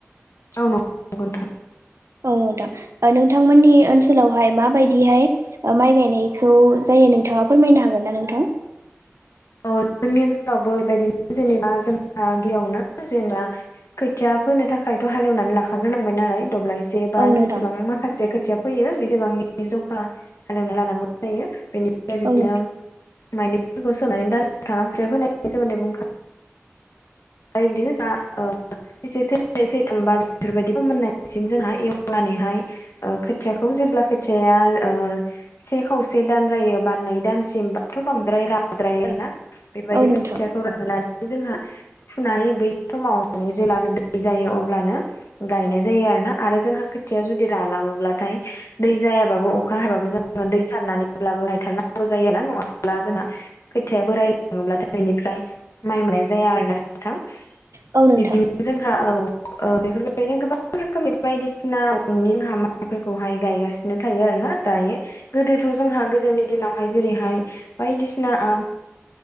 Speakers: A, on the left (about 70°); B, on the right (about 75°).
A: औ नंगौ नोंथां।
B: औ नोंथां नोंथांमोननि ओनसोलावहाय माबायदिहाय माइ गायनायखौ जायो नोंथाङा फोरमायनो हागोन ना नोंथां
A: औ जोंनि ओनसोलावबो बेबायदिनो जेनेबा जोंहा गिबियावनो जेनेबा खोथिया फोनो थाखायथ' हालेवनानै लाखाग्रोनांबाय नालाय दब्लायसे बा
B: औ
A: जेसेबां
B: नोंथां
A: माखासे खोथिया फैयो बेसेबांनि जखा हालेवना लानांगौ जायो बेनि ओमफ्राय बिबदिनो
B: औ नोंथां
A: माइलिफोरखौ सोनानै <unintelligible> ओमफाय बिदिनो जा ओ सैसे सैनै सैथाम बार बेफोर बादि फोमोनायसिम जोंहा एवनानैहाय खोथियाखौ जेब्ला खोथिआया ओ से खावसे दान जायोबा नै दानसिम बाथ' बांद्राय राद्रायो आरोना बेबायदि
B: औ नोंथां
A: खैथिया खौ राहोनानै जोंहा फुनानै बै समाव माने जेब्लानो दै जायो अब्लानो गायनाय जायो आरोना आरो जोंहा खो दैआ जुदि रानलांओब्लाथाय दै जायाबाबो अखा हाबाबो जा दै सारनानैब्लाबो लायथारनांगौ जायो आरोना ना नङाब्ला जोंहा खोथिया बोराय लाङोब्लाथाय बिनिफ्राय माइ मोननाय जाया आरो ना थां
B: औ नोंथां
A: बिब्दि जोंहा औ ओ बेफोरबायदिनो गोबां रोखोमनि बायदिसिना न'नि जोंहा माय फोरखौहाय गायगासिनो थायो आरोना दायो गोदो थ' जोंहा गोदोनि दिनावहाय जेरैहाय बायदिसिना ओ